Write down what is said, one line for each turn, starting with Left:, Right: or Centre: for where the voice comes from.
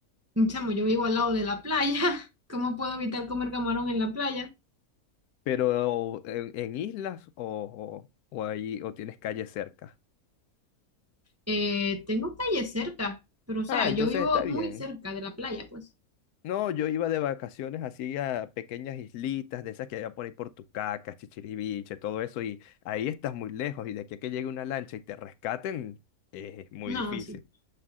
Right: chamo, yo vivo al lado de la playa. <laughs> ¿Cómo puedo evitar comer camarón en la playa?
Left: Pero en, en islas o, o, o ahí o tienes calle cerca.
Right: Eh, tengo calle cerca, pero o sea,
Left: Ah, entonces
Right: yo vivo
Left: está bien.
Right: muy cerca de la playa, pues.
Left: No, yo iba de vacaciones así a pequeñas islitas de esas que había por ahí por Tucacas, Chichiriviche, todo eso, y ahí estás muy lejos, y de aquí a que llegue una lancha y te rescaten, es muy
Right: No,
Left: difícil.
Right: sí.